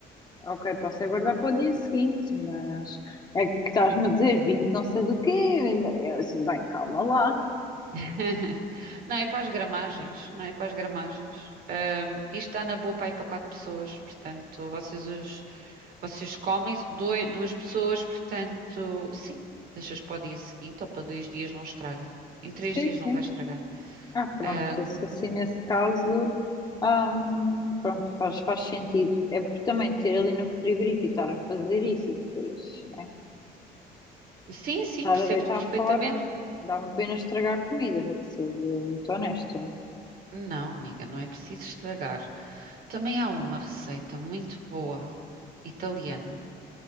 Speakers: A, on the left (about 25°); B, on the right (about 60°).
A: Ok, posso aguardar para o dia seguinte, mas é que estás-me a dizer 20 não sei do quê. Eu assim, bem, calma lá.
B: <laughs> Não é para as gramagens, não é para as gramagens. Ahm, isto dá na boa para ir para quatro pessoas, portanto, vocês os, vocês comem doi- duas pessoas, portanto, sim, deixas para o dia seguinte ou para dois dias não estraga. Em três
A: Sim,
B: dias
A: sim.
B: não vai estragar.
A: Ah, pronto,
B: Ahm,
A: se assim nesse caso, ahm, pronto, faz, faz sentido. É por também ter ali no frigorífico, e estar a fazer isso e depois, né?
B: sim, sim,
A: Estar
B: percebo-te
A: a deitar
B: perfeitamente.
A: fora, dá-me pena estragar a comida, vou-te ser eh, muito honesta.
B: Não, amiga, não é preciso estragar. Também há uma receita muito boa, italiana,